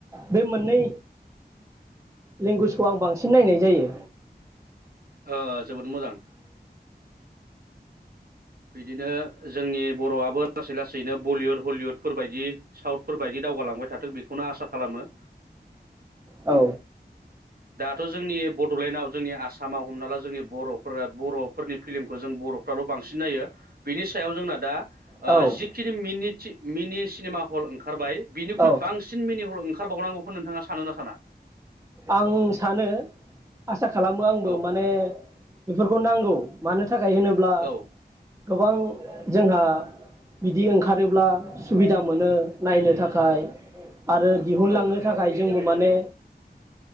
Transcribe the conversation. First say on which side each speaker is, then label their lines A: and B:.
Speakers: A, on the right; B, on the right.
A: बे मोननै लेंगुवेजखौ आं बांसिन नायनाय जायो
B: ओ जोबोद मोजां बिदिनो जोंनि बर'आबो लासै लासैनो बलिउड हलिउदफोरबायायदि साउथफोर बायदि दावगालांबाय थाथों बेखौनो आसा खालामो
A: औ
B: दाथ' जोंनि बड'लेण्डआव जोंनि आसामाव हमना ला जोंनि बर'फोरा बर'फोरनि फिल्मखौ जों बर'फ्राल' बांसिन नायो बिनि सायाव जोंना दा ओ
A: औ
B: जिखिनि मिनिट मिनि सिनेमा हल ओंखारबाय बिनिख्रुइ
A: औ
B: बांसिन मिनि हल ओं खारबावनांगौखौ नोंथाङा सानो ना साना
A: आं सानो आसा खालामो आंबो
B: औ
A: माने बेफोर खौ नांगौ मानो थाखाय होनोब्ला
B: औ
A: गोबां जोंहा बिदि ओंखारोब्ला सुबिदा मोनो नायनो थाखाय आरो दिहुनलांनो
B: औ
A: थाखाय जों माने